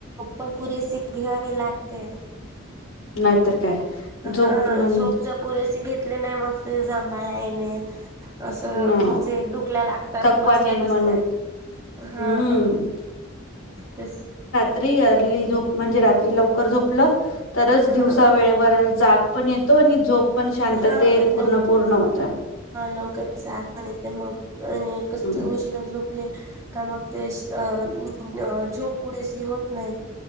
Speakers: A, on the right; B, on the left.
A: पण पुरेशी घ्यावी लागते
B: नाहीतर काय झोप
A: हा
B: म्हण
A: झोपज पुरेसे घेतली नाही मस् ते जमायले नाही. असं
B: न
A: म्हणजे डुकल्या लागतात
B: थकवा
A: बसल्या
B: निर्माण
A: बसल्या
B: होत
A: हा
B: हम्म
A: त
B: तरी झोप म्हणजे रात्री लवकर झोपलं तरच दिवसा
A: हा
B: वेळेवर जाग पण येतो आणि झोप पण शांतत
A: हा आणि
B: पूर्ण पूर्ण होऊन जाते.
A: लवकर जाग पण येते म आणि कस
B: हम्म
A: उशीरा झोपले का मग ते अ झोप पुरेशी होत नाही.